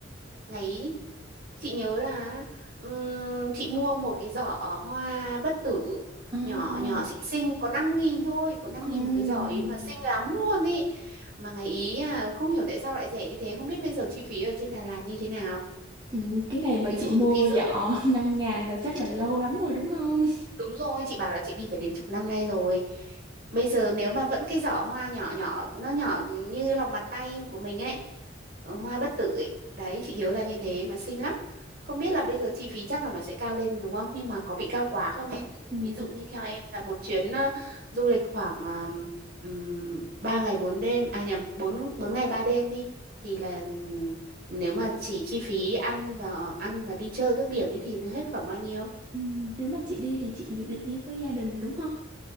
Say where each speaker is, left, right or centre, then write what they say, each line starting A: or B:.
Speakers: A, on the right; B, on the right.
A: Ngày ấy, chị nhớ là ừm, chị mua một cái giỏ hoa bất tử
B: Ồ,
A: nhỏ nhỏ xinh xinh có năm nghìn thôi, có năm
B: ừm,
A: nghìn một cái giỏ ấy mà xinh lắm luôn ấy. Mà ngày ý à không hiểu tại sao lại rẻ như thế, không biết bây giờ chi phí ở trên Đà Lạt như thế nào.
B: ừm, cái ngày mà
A: Thí
B: chị
A: dụ
B: mua
A: thí dụ
B: giỏ <laughs> năm ngàn là chắc là lâu lắm rồi đúng không?
A: Đúng rồi, chị bảo là chị đi phải đến chục năm nay rồi. Bây giờ nếu mà vẫn cái giỏ hoa nhỏ nhỏ, nó nhỏ như lòng bàn tay của mình ấy, ờ, hoa bất tử ấy. Đấy, chị nhớ là như thế mà xinh lắm. Không biết là bây giờ chi phí chắc là nó sẽ cao lên đúng không? Nhưng mà có bị cao quá không em?
B: Ừm,
A: Ví dụ
B: thật,
A: như theo em là một chuyến ờ, du lịch khoảng um, 3 ngày 4 đêm, à nhầm, 4 4 ngày 3 đêm đi. Thì là ừm, nếu mà chỉ chi phí ăn và ăn và đi chơi các điểm ấy thì nó hết khoảng bao nhiêu?
B: ừm, nếu mà chị đi thì chị dự định đi với gia đình đúng không?